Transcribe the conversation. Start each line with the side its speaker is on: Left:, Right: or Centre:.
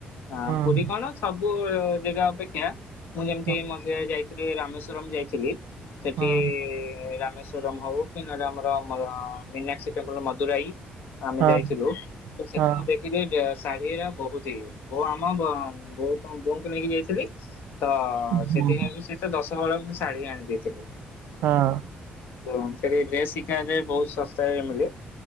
Left: ଆଁ
Right: ହୁଁ
Left: ପୁରୀ କଣ ସବୁ ଜାଗା ଅପେକ୍ଷା, ମୁଁ ଯେମିତି
Right: ହଁ
Left: ମନ୍ଦିର ଯାଇଥିଲି ରାମେଶ୍ଵରମ୍ ଯାଇଥିଲି। ସେଠି
Right: ହଁ
Left: ରାମେଶ ଶ୍ୱରମ୍ ହଉ କି, ନ ହେଲେ ଆମର ଆମର ମିନାକ୍ସି ଟେମ୍ପୁଲ ମଦୁରାଇ ଆମେ
Right: ହଁ
Left: ଯାଇଥିଲୁ ତ ସେଠି
Right: ହଁ।
Left: ମୁଁ ଦେଖ ଖିଲି ଶାଢୀ ଇରା ବହୁତ ଇଏ, ବୋଉ ଆମ ବୋ ବୋଉ ବୋଉଙ୍କୁ ନେଇକି ଯାଇଥିଲି। ତ
Right: ହୁଁ
Left: ସେଥିପାଇଁ ବି ସେ ତ ଦଶ ହଳ ଖଣ୍ଡେ ଶାଢୀ ଆଣି ଦେଇଥିଲେ।
Right: ହଁ।
Left: ତ ସେ ଡ୍ରେସ ଶିଖାରେ ବହୁତ ଶସ୍ତାରେ ମିଳେ।